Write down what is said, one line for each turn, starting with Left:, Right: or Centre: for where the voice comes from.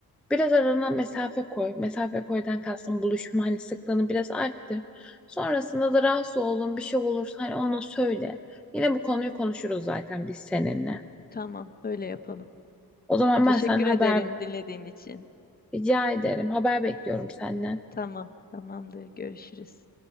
Centre: biraz arana mesafe koy. Mesafe koydan kastım buluşma hani sıklığını biraz arttır. Sonrasında da rahatsız olduğun bir şey olursa hani onu söyle. Yine bu konuyu konuşuruz zaten biz seninle.
Left: Tamam, öyle yapalım.
Centre: O zaman
Left: Teşekkür
Centre: ben sana
Left: ederim
Centre: haber
Left: dinlediğin için.
Centre: rica ederim. Haber bekliyorum senden.
Left: Tamam, tamamdır. Görüşürüz.